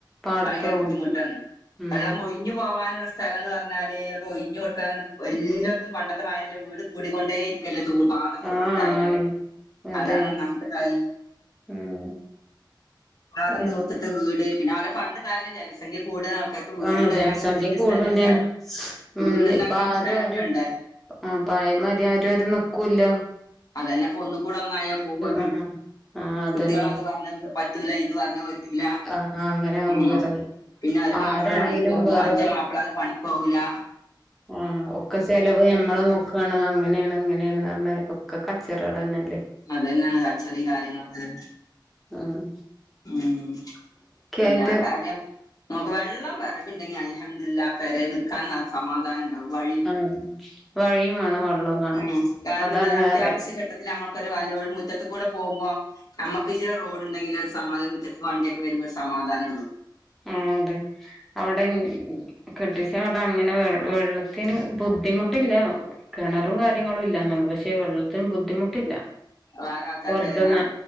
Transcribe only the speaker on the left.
ഭയങ്കര ബുദ്ധിമുട്ടാണ്
വെള്ളം ഒഴിഞ്ഞു പോകാനുള്ള സ്ഥല സ്ഥലം എന്ന് പറഞ്ഞാല് ന ഒഴഞ്ഞഞ് കൊടുക്കാൻ എല്ലോട്ത്തും പണ്ടത്തെമാതിരി അല്ല വീട് കൂടിക്കൊണ്ടേ ഇരിക്കല്ലേ പാടത്തും പാടം തുർത്തിട്ടാണെകിലും
അതാണ് ഒന്നാമത്തെ കാര്യം
പാടം
തൂർത്തിട്ട് വീട് പിന്നെ ഓലെ പറഞ്ഞിട്ട് കാര്യം ഇല്ലാലോ ജനസംഖ്യ കൂടുതൽ ആണ് വീട്ണ്ടാക്കൻ
ഇതില്ല
സ്ഥലല്ല
വീട്ണ്ടാക്കൻ
സ്ഥലം
വേണ്ടേ
അതന്നെ ഒന്ന് കൂടെ ഒന്നായ പോവണ്
കുട്ടികള് അത് പറഞ്ഞ പറ്റൂല ഇത് പറഞ്ഞ പറ്റുല
ഉം പിന്നെ ഒരു
മാപ്പിള പണിക് പോകുമ്പോ
മറ്റേ മാപ്പിള പണിക്ക് പോകൂല്ല
അതന്നെയാ കച്ചറയും കാര്യങ്ങളൊക്കെ
ഉം എല്ലാ
കാര്യം നമുക്ക് വെള്ളം വിറകുണ്ടെങ്കി അൽഹംദുലില്ലാഹ് പെരേ നിൽക്കാൻ സമാധാനം ഇണ്ടാവും വഴിയും
ഉം കാരണം
എന്താ അത്യാവശ്യഘട്ട
ത്തില് നമക്കൊരു വല്ല മുറ്റത്ത് കൂടെ പോകുമ്പോ നമുക്ക് ചില റോഡ് ഉണ്ടെങ്കിൽ സമാധനം മുറ്റത്ത്‌ക്ക്‌ വണ്ടിയൊക്കെ വരുമ്പം ഒരു സമാധാനം ഉള്ളൂ
വേറെ ആൾക്കാർ
വരുന്ന